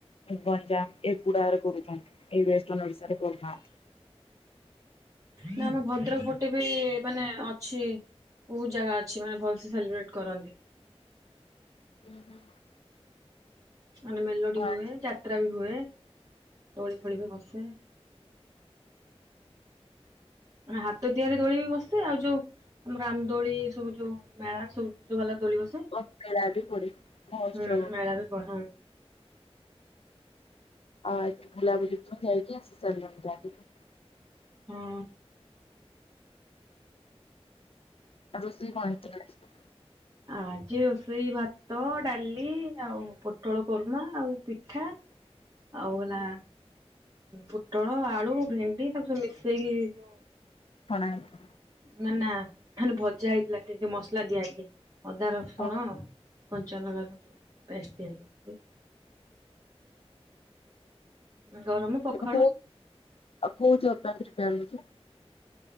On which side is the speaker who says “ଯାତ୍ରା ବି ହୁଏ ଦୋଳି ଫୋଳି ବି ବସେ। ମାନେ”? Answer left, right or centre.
Right